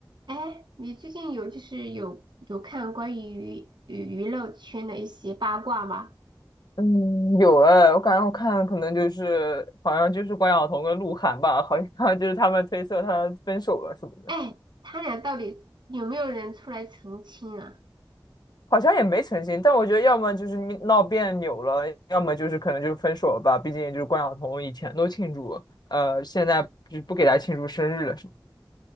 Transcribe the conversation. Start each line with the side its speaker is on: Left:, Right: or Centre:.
Right: 哎，你最近有就是有有看关于娱娱乐圈的一些八卦吗？
Left: 嗯，有哎，我感觉我看可能就是好像就是关晓彤跟鹿晗吧，好像就是他们推测他分手了什么的，
Right: 哎，他俩到底有没有人出来澄清啊？
Left: 好像也没澄清。但我觉得要么就是你闹别扭了，要么就是可能就是分手了吧。毕竟就是关晓彤以前都庆祝，呃，现在就不给他庆祝生日了什么